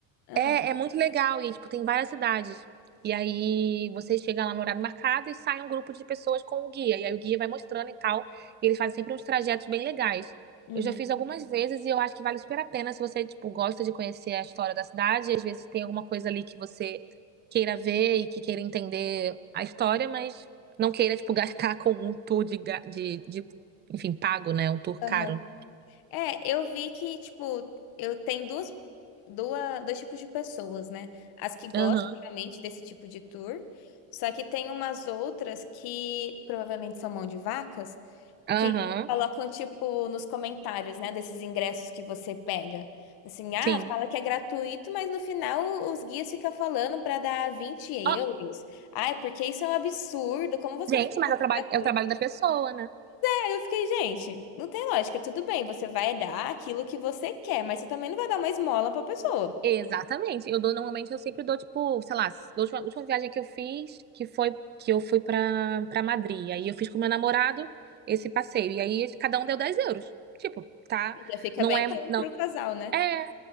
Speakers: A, on the left; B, on the right.
A: Ah,
B: é, é muito legal e tipo tem várias cidades. E aí você chega lá no horário marcado e sai um grupo de pessoas com o guia. E aí o guia vai mostrando e tal. E eles fazem sempre uns trajetos bem legais.
A: uhum.
B: Eu já fiz algumas vezes e eu acho que vale super a pena se você tipo gosta de conhecer a história da cidade. E às vezes tem alguma coisa ali que você queira ver e que queira entender a história, mas não queira tipo <laughs> gastar com um tour de, ga- de, de enfim pago, né? Um tour
A: Aham.
B: caro.
A: É, eu vi que, tipo, eu tenho duas, duas, dois tipos de pessoas, né? As que gostam
B: Aham.
A: realmente desse tipo de tour, só que tem umas outras que provavelmente são mão de vaca,
B: Aham.
A: que colocam, tipo, nos comentários, né, desses ingressos que você pega. Assim, ah,
B: Sim.
A: fala que é gratuito, mas no final os guias ficam falando para dar 20 euros.
B: Ó,
A: Ah, porque isso é um absurdo, como você
B: gente,
A: fala
B: mas é o trabalho,
A: que é gratuito?
B: é o trabalho da pessoa, né?
A: Aí eu fiquei, gente, não tem lógica, tudo bem, você vai dar aquilo que você quer, mas você também não vai dar uma esmola pra pessoa.
B: Exatamente. Eu dou normalmente eu sempre dou tipo, sei lá, a última, última viagem que eu fiz, que foi que eu fui pra para Madrid. Aí eu fiz com meu namorado esse passeio e aí cada um deu 10 euros. Tipo, tá?
A: Já fica
B: Não
A: bem
B: é
A: bom
B: não
A: pro casal, né?
B: é